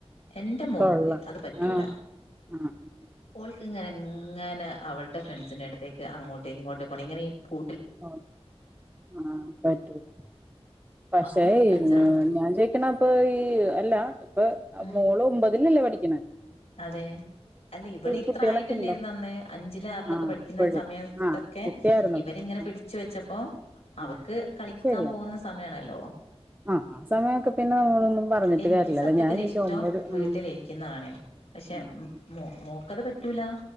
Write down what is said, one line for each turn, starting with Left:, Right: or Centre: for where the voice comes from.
Left: എന്റെ മോൾക്ക്
Right: കൊള്ളാം
Left: അത് പറ്റൂല
Right: ആഹ് ആഹ്
Left: ഓൾക്ക് ഇങ്ങനെ എങ്ങനെ അവളുടെ ഫ്രണ്ട്സിൻറെ അടുത്തേക്ക് അങ്ങോട്ട് ഇങ്ങോട്ട് പോണം ഇങ്ങനെ ഈ പൂ
Right: ആഹ് ആഹ് പറ്റൂല പക്ഷേ
Left: അപ്പം
Right: ഈ
Left: കച്ചറ ഇടും
Right: ഞാൻ ചോയിക്കണ അപ്പൊ ഈ അല്ല ഇപ്പൊ
Left: ഉം
Right: മോള് ഒമ്പതിലല്ലേ പഠിക്ക ക്ക്ണേ
Left: അതെ അല്ല ഇവളിത്ര
Right: കുട്ടികളൊക്കെ
Left: ആയിട്ടല്ലാരുന്നു
Right: ഉണ്ടോ
Left: അന്ന് അഞ്ചില് ആറിലൊക്കെ
Right: ആഹ്
Left: പഠിക്കുന്ന
Right: ഇപ്പഴ്
Left: സമയത്തൊക്കെ
Right: ആഹ് കുട്ടിയായിരുന്നു
Left: ഇവരിങ്ങനെ
Right: ആഹ്
Left: പിടിച്ചു വെച്ചപ്പോ അവൾക്ക്
Right: ആഹ്
Left: കളിക്കാൻ
Right: ശരിയാ
Left: പോകുന്ന സമയാണല്ലോ
Right: ആ ആ സമയമൊക്കെ പിന്നെ നമ്മളൊന്നും പറഞ്ഞിട്ട്
Left: എനിക്ക്
Right: കാര്യല്ലല്ലോ
Left: സത്യത്തില്
Right: ഞാൻ ചോദിച്ച
Left: ഇഷ്ടം
Right: ഒമ്പത്
Left: വീട്ടിലിരിക്കുന്നതാണ്
Right: ആ
Left: പക്ഷെ
Right: ആ
Left: മോ മോക്കത് പറ്റൂല